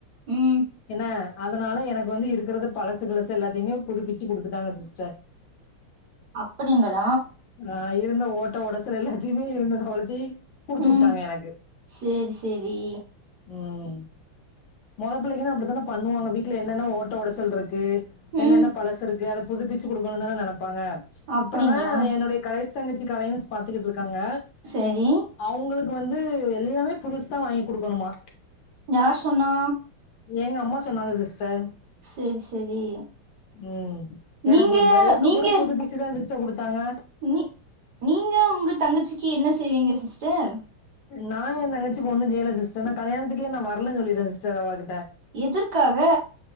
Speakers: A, on the right; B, on the left.
A: ம்
B: என்ன அதனால எனக்கு வந்து இருக்கறத பழசு கிளசு எல்லாத்தையுமே புதுப்பிச்சு கொடுத்துட்டாங்க சிஸ்டர்
A: அப்டிங்களா
B: ஆ இருந்த ஓட்ட உடசல் எல்லாத்தையுமே இருந்த தளத்தி குடுத்து
A: ம்
B: விட்டாங்க எனக்கு
A: சேரி சேரி
B: ம் மொதபுள்ளக்கினா அப்டித்தானே பண்ணுவாங்க வீட்டுல என்னென்ன ஓட்ட ஒடசல்ருக்கு
A: ம்
B: என்னென்ன பழசு இருக்கு அத புதுப்பிச்சு கொடுக்கணும்தானே நெனப்பாங்க
A: அப்படிங்களா
B: இப்பதான் என்னுடைய கடைசி தங்கச்சிக்கு அலைன்ஸ் பாத்துக்கிட்டுருக்காங்க
A: சேரி
B: அவங்களுக்கு வந்து எல்லாமே புதுசு தான் வாங்கி குடுக்கணுமா
A: யார் சொன்னா
B: எங்க அம்மா சொன்னாங்க சிஸ்டர்
A: சேரி சேரி
B: ம் எனக்கு
A: நீங்க
B: ஒரு வெளக்கு
A: நீங்க
B: கூட புதுப்பி ச்சுதா தான் சிஸ்டர் குடுத்தாங்க
A: நீ நீங்க உங்க தங்கச்சிக்கு என்ன செய்வீங்க சிஸ்டர்
B: நான் என் தங்கச்சிக்கு ஒன்னும் செய்யல சிஸ்டர் நான் கல்யணத்துக்கே நா வரலன்னு சொல்லிடேன் சிஸ்டர் அவ கிட்ட
A: எதற்காக